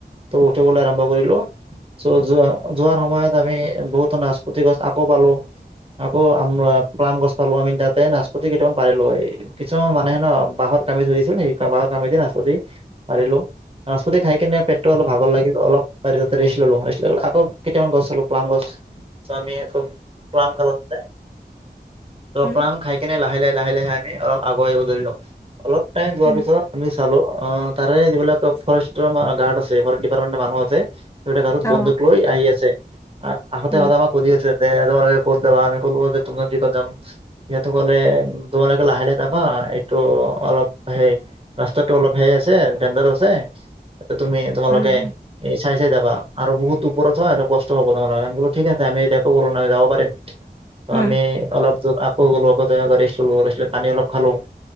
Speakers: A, on the right; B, on the left.
A: উ উঠিবলৈ আৰম্ভ কৰিলো। চ যোৱা যোৱাৰ সময়ত আমি বহুতো নাচপতি গছ আকৌ পালো আকৌ আম প্লাম গছ পালো আমি তাত তাতে নাচপতি কেইটামান পাৰিলোয়ে কিছুমান মানুহে ন বাহৰ কামি ধৰিছিল সেই বাঁহৰ কামিদি নাচপতি পাৰিলো নাপতি খাই কিনে পেটটো অলপ ভাগৰ লাগিল। অলপ বাৰিতে ৰেচ ললো ৰেচ লওঁ আকৌ কেইটামান গছ চালো প্লাম গছ চমি খুব প্লাম খাল ত'
B: উম
A: প্লাম খাই কিনে লাহে লাহে লাহে লাহে আমি অলপ আগুৱাই আহিব ধৰিলো অলপ টাইম যোৱাৰ
B: উম
A: পিছত আমি চালো অ তাৰে যিবিলাক ফৰেষ্টৰ গাৰ্ড আছে ফৰেষ্ট ডিপাৰ্টমেন্টৰ মানুহ আছে সিহতে <unintelligible> বন্দুক
B: অ
A: লৈ আহি আছে আহোতে
B: উম
A: <unintelligible> মাক সুধি আছে। দে তোমালে কত জাবা আমি কলো যে <unintelligible> যাম। সিহঁতো কলে তোমালোকে লাহে লাহে যাবা এইটো অলপ হেই ৰাস্তা টো অলপ হে আছে ডেন্ডাৰ আছে তুমি তোমালোকে
B: উম উম
A: চাই চাই যাবা আৰু বহুত ওপৰত হয় কষ্ট হব তোমাৰে আম বোলো ঠিক আছে, আমি এতিয়া টো বল নহি যাব পাৰিম। আমি
B: উম
A: অলপ জ আকৌ গলো আকৌ ৰেষ্ট ললো ৰেষ্ট পানী অলপ খালো।